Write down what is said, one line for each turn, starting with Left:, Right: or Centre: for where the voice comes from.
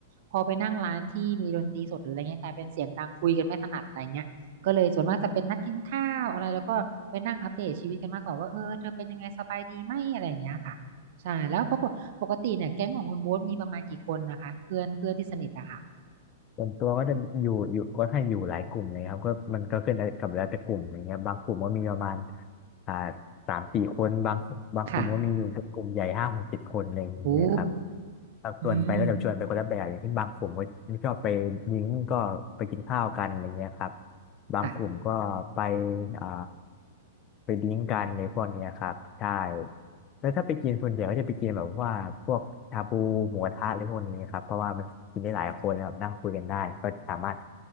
Right: พอไปนั่งร้านที่มีดนตรีสดหรืออะไรเงี้ยกลายเป็นเสียงดังคุยกันไม่ถนัดอะไรเงี้ยก็เลยส่วนมากจะเป็นนัดกินข้าวอะไรแล้วก็ไปนั่งอัปเดตชีวิตกันมากกว่าว่าเออเธอเป็นยังไงสบายดีไหมอะไรอย่างเงี้ยค่ะใช่แล้วปรากฏปกติเนี่ยแก๊งของคุณโบ๊ทมีประมาณกี่คนนะคะเพื่อนเพื่อนที่สนิทอะค่ะ
Left: ส่วนตัวก็จะอยู่อยู่ก็ให้างอยู่หลายกลุ่มเลยครับก็มันก็ขึ้นได้กับแล้วแต่กลุ่มอย่างเงี้ยบางกลุ่มก็มีประมาณอ่าสามสี่คนบางบางกลุ่มก็มีอยู่กลุ่มใหญ่ห้าหกเจ็ดคนอะไรอย่างเงี้ยครับ
Right: ค่ะโอ้
Left: แรัส่วนไปก็จะชวนไปคนละแบบอย่างที่บางกลุ่มก็ไม่ชอบไปนิ้งก็ไปกินข้าวกันอะไรเงี้ยครับ
Right: อืม
Left: บางกลุ่มก็ไป
Right: ค่ะ
Left: อ่าไปดิ้งกันในพวกเนี้ยครับใช่ แล้วถ้าไปกินส่วนใหญ่ก็จะไปกินแบบว่าพวกชาบูหมูกระทะหรือพวกนี้ครับเพราะว่ามันกินได้หลายคนนะครับนั่งคุยกันได้ก็สามารถ